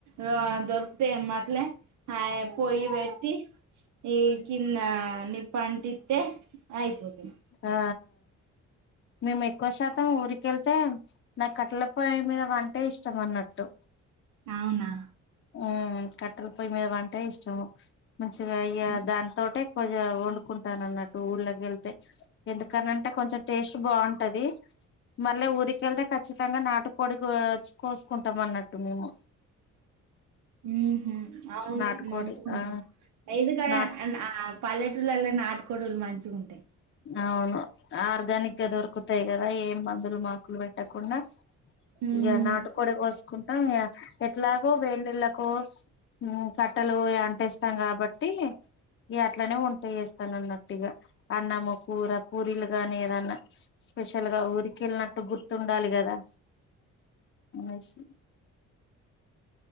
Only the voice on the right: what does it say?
రాళ్ళు దొరుకుతయ్ ఎమ్మట్లే ఆ పొయ్యి పెట్టి ఇగ కిందా నిప్పంటిత్తే అయిపోతది
అవునా
ఉమ్
ఊహు అవును
మంచిగుంటది
ఏంటిదిరా
అన్న అ ఆ పల్ ల్లెటూర్లల్ల నాటు కోడులు మంచిగుంటయ్
ఉమ్